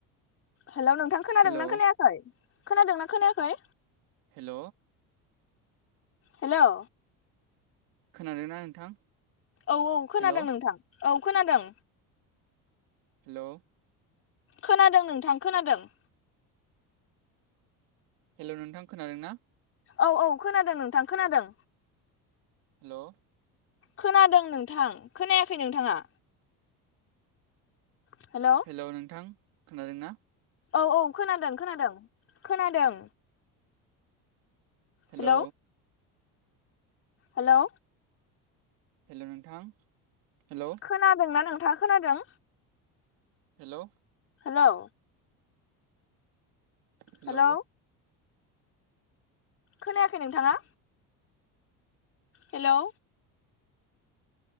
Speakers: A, on the left; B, on the right.
A: हेलौ नोंथां खोनादों
B: हेलौ
A: ना खोनायाखै खोनादोंना खोनायाखै?
B: हेल
A: हेलौ
B: खोनादों ना नोंथां
A: औ-औ खोनादों
B: हेलौ
A: नोंथां औ खोनादों।
B: हेल'
A: खोनादों नोंथां खोनादों।
B: हेल' नोंथां खोनादों ना?
A: औ औ खोनादों नोंथां खोनादों।
B: हेल'
A: खोनादों नोंथां खोनायाखै नोंथाङा? हेलौ
B: हेलौ नोंथां खोनादों ना?
A: औ औ खोनादों खोनादों खोनादों।
B: हेल'
A: हेलौ हेलौ
B: हेल' नोंथां हेल'
A: खोनादों ना नोंथाङा खोनादों?
B: हेल'
A: हेलौ
B: हेल'
A: हेलौ खोनायाखै नोंथाङा? हेलौ